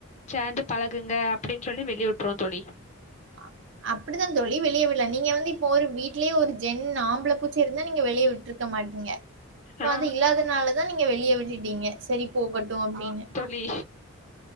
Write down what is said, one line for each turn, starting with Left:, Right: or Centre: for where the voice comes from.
Left: சேர்ந்து பழகுங்க அப்டின்னு சொல்லி வெளிய விட்டுருவோ தோழி
Right: ஆ அப்டித்தா தோழி வெளியே விடல நீங்க வந்து இப்போ ஒரு வீட்லேயே ஒரு ஜென் ஆம்பள பூச்ச இருந்தா நீங்க வெளியே விட்டுருக்க மாட்டீங்க இப்ப
Left: ஆ
Right: அது இல்லாதனாலதா நீங்க வெளியே விட்டுட்டீங்க சரி போகட்டும் அப்டின்னு
Left: பிலி